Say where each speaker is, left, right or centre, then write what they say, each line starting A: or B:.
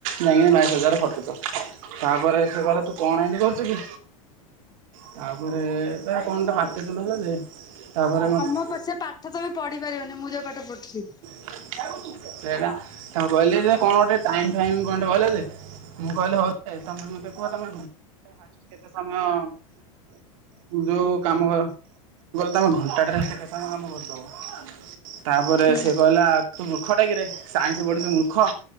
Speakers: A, on the right; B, on the left.
A: ଯାଇଁକି ବାଇଶ ହଜାରରେ ଖଟୁଚ। ତାପରେ ସେ କହିଲା ତୁ କଣ ଏମତି କରୁଛୁ କି ତାପରେ ତା କଣଟା <unintelligible> ସେଦିନୁ ହେଲା ଯେ ତାପରେ ମତେ
B: ହଁ ପ ସେ ପାଠ ତମେ ପଢି ପାରିବନି ମୁଁ ଯୋଉ ପାଠ ପଢୁଛି।
A: ସେଇଟା ତାଙ୍କୁ କହିଲେ ଯେ କଣ ଗୋଟେ ଟାଇଁ ଫାଇଁ କଣଟେ କହିଲେ ଯେ ମୁଁ କହିଲି ହଉ ଦେ ତମେ ମତେ କୁହ ତମେ ଫାଷ୍ଟ୍ କେତେ ସମୟ ଯୋଉ କାମ କ ମୁଁ କହିଲି ତମେ ଘଣ୍ଟା ଟାରେ କେତେ କାମ କରିଦବ? ତାପରେ
B: ହୁଁ
A: ସିଏ କହିଲା ତୁ ମୂର୍ଖ ଟା କିରେ ସାଇନ୍ସ ପଢୁଛୁ ମୂର୍ଖ।